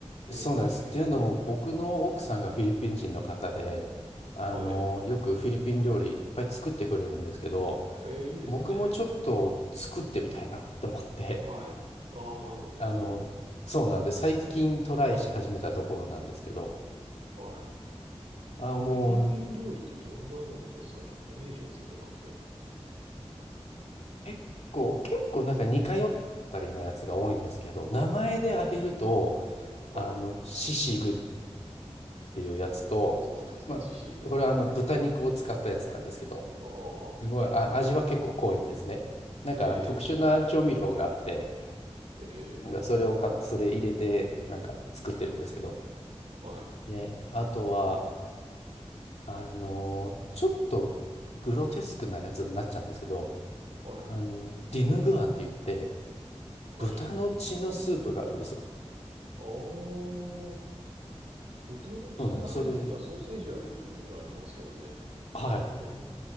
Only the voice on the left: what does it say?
そうなんです。っていうのも僕の奥さんがフィリピン人の方で、あの、
よくフィリピン料理いっぱい作ってくれるんですけど、
僕もちょっと作ってみたいなって思って、
あの、
そうなんで最近トライし始めたところなんですけど、
あ、もう
結構、結構なんか似通ったりなやつが多いんですけど、名前で挙げると、あの、
シシグっっていうやつと、
まあ、
これはあの豚肉を使ったやつなんですけど、
すごい、あ、味は結構濃いんですね。なんかあの特殊な調味料があって、
なんかそれを買って、それ入れて、なんか作ってるんですけど。
で、あとは、あの、ちょっとグロテスクなやつになっちゃうんですけど、
あの、ディヌグアンって言って、
豚の血のスープがあるんですよ。
そうなんです。それ、はい。